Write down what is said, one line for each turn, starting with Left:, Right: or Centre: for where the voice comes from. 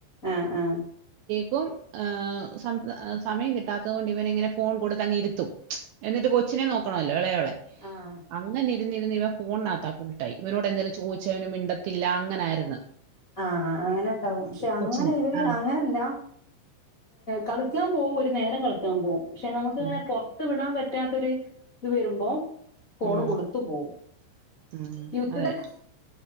Left: ആ ആ
Right: ഇപ്പോം ഹ് സം സമയം കിട്ടാത്തത് കൊണ്ട് ഇവനിങ്ങനെ ഫോൺ കൊടുത്തങ്ങിരുത്തും എന്നിട്ട് കൊച്ചിനെ നോക്കണല്ലോ ഇളയാളെ
Left: ആഹ്
Right: അങ്ങനെ ഇരുന്നിരുന്നിവൻ ഫോണിനകത്താ ഫുൾടൈം ഇവനോട് എന്തേലും ചോദിച്ചാ അവന് മിണ്ടത്തില്ല അങ്ങനാരുന്നു
Left: ആ അ അങ്ങനെണ്ടാവും ക്ഷെ അങ്ങനെ
Right: കൊച്ചിന്
Left: ഇവര്
Right: ആ
Left: അങ്ങനെല്ല കളി ക്കാൻ പോവും ഒരു നേരം കളിക്കാൻ പോവും ക്ഷെ നമുക്ക്ങ്ങനെ
Right: ഉം.
Left: പൊറത്ത് വിടാൻ പറ്റി റ്റാത്തൊരു ഇത് വരുമ്പോ ഫോണ്
Right: ഉം.
Left: കൊടുത്തു പോവും
Right: ഉം.
Left: <unintelligible>
Right: അതെ